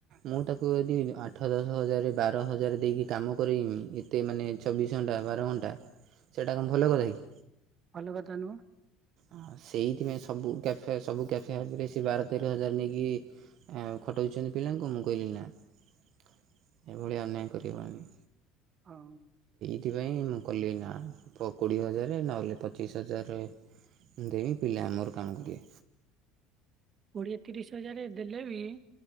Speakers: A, on the right; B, on the right.
A: ମୁଁ ତାକୁ ତୁ ଯଦି ଆଠ ଦଶ ହଜାର ବାର ହଜାର ଦେଇକି କାମ କରେଇମି ଏତେ ମାନେ ଚବିଶ ଘଣ୍ଟା ବାର ଘଣ୍ଟା ସେଇଟା କଣ ଭଲ କଥା କି
B: ଭଲ କଥା ନୁହଁ
A: ଆ ସେଇଥିପାଇଁ ସବୁ କ୍ୟାଫେ ସବୁ କ୍ୟାଫେ ହରେ ସେ ବାର ତେର ହଜାର ନେଇକି ଖଟାଉଛନ୍ତି ପିଲାଙ୍କୁ ମୁଁ କହିଲି ନା ଏଭଳିଆ ଅନ୍ୟାୟ କରିହବନି
B: ହଁ
A: ସେଥିପାଇଁ ମୁଁ କଲି ନା କୋଡ଼ିଏ ହଜାର ନହେଲେ ପଚିଶ ହଜାର ଦେବି ପିଲା ମୋର କାମ କରିବେ
B: କୋଡିଏ ତିରିଶ ହଜାର ଦେଲେ ବି